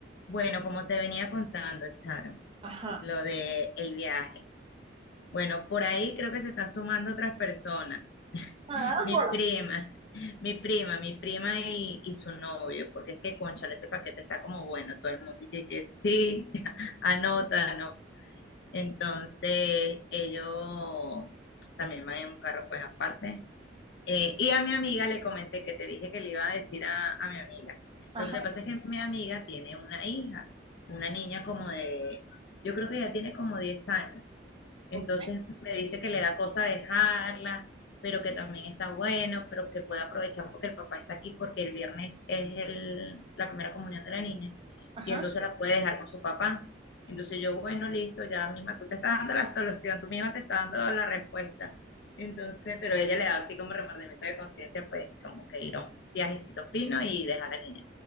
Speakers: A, on the left; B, on the right.
A: Bueno, como te venía contando, Sharon,
B: Ajá.
A: lo de el viaje. Bueno, por ahí creo que se están sumando otras personas. <laughs>
B: Carámbola.
A: Mi prima, mi prima, mi prima y, y su novio, porque es que, cónchale, ese paquete está como bueno. Todo el mundo dice que sí, <laughs> anótalo. Entonces, ellos también van en un carro, pues aparte. Eh, y a mi amiga le comenté que te dije que le iba a decir a, a mi amiga.
B: Ajá.
A: Lo que pasa es que mi amiga tiene una hija, una niña como de, yo creo que ya tiene como 10 años. Entonces
B: ok,
A: me dice que le da cosa dejarla, pero que también está bueno, pero que puede aprovechar porque el papá está aquí, porque el viernes es el- la primera comunión de la niña,
B: Ajá.
A: y entonces la puede dejar con su papá. Entonces yo, bueno, listo, ya misma tú te estás dando la solución, tú misma te estás dando la respuesta. Entonces, pero ella le da así como remordimiento de conciencia, pues como que ir a un viajecito fino y dejar a la niña.